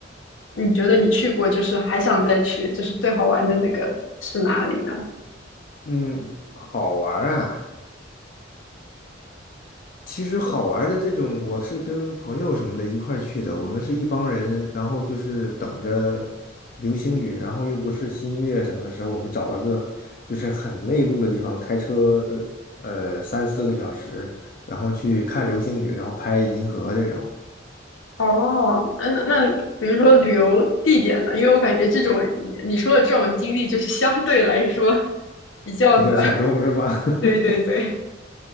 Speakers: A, on the left (about 80°); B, on the left (about 45°).
A: 你觉得你去过，就是还想再去，就是最好玩的那个是哪里呢？
B: 嗯，好玩儿啊。其实好玩儿的这种，
A: 对，
B: 我是跟朋友什么的一块儿去的，我们是一帮人，然后就是等着流星雨，然后又不是新月什么的时候，我们找了个就是很内陆的地方，开车呃三四个小时，然后去看流星雨，然后拍银河这种，
A: 哦，嗯，那比如说旅游地点呢？因为我感觉这种你你说的这种经历，就是相对来说比较的。
B: 比较小众是吧？<laughs>
A: 对对对，